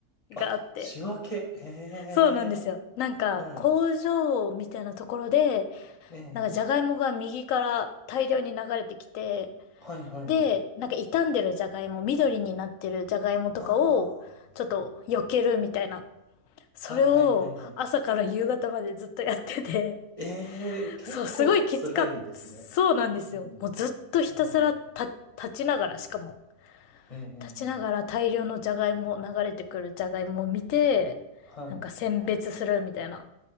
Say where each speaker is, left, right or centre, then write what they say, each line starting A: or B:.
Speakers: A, on the left; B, on the left.
A: があって、
B: あ、仕分け。ええ、
A: そうなんですよ。なんか、
B: はい。
A: 工場みたいなところで、
B: ええ、
A: なんかじゃがいもが右から大量に流れてきて、
B: はい、はい、
A: で、
B: はい。
A: なんか傷んでるじゃがいも、緑になってるじゃがいもとかを、
B: あ
A: ちょっと避けるみたいな。それを朝から夕方までずっとやってて、
B: あ、はい、はい、はい、はい。ええ結構辛いですね。
A: そう、すごいきつかった。そうなんですよ。
B: うん。
A: もうずっとひたすらた立ちながら、
B: はいはい。
A: しかも、
B: ええええ
A: 立ちながら大量のじゃがいも、流れてくるじゃがいもを見て、
B: はい。
A: なんか選別するみたいな。